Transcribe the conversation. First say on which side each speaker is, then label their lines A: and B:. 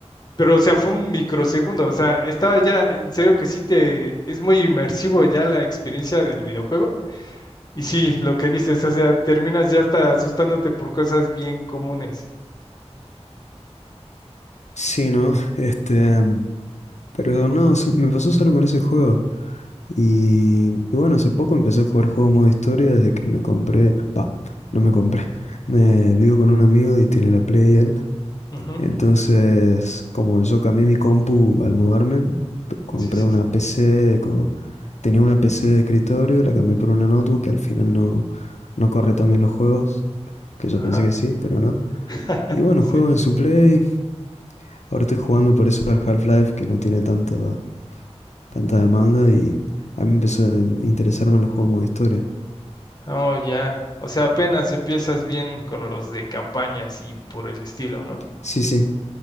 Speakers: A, on the left; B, on the left.
A: pero o sea, fue un microsegundo, o sea, estaba ya en serio que sí te, es muy inmersivo ya la experiencia del videojuego, y sí, lo que dices, o sea, terminas ya hasta asustándote por cosas bien comunes.
B: Sí, ¿no? <laughs> Este, pero no, se- me pasó solo con ese juego. Y, y bueno, hace poco empecé a jugar juegos modo historia desde que me compré. Pa, no me compré. <laughs> Me vivo con un amigo y tiene la Play él.
A: Ujú.
B: Entonces, como yo cambié mi compu al mudarme, p- compré
A: Sí, sí,
B: una
A: sí.
B: PC. con- tenía una PC de escritorio, la cambié por una notebook que al final no, no corre también los juegos, que yo
A: Ajá.
B: pensé que sí, pero no.
A: <laughs>
B: Y bueno, juego
A: Sí.
B: en su Play. Ahora estoy jugando por eso al Half-Life, que no tiene tanta, tanta demanda y. A mí empezó a in- interesarme los juegos modo historia.
A: Oh, ya. O sea, apenas empiezas bien con los de campañas y por el estilo, ¿no?
B: Sí, sí.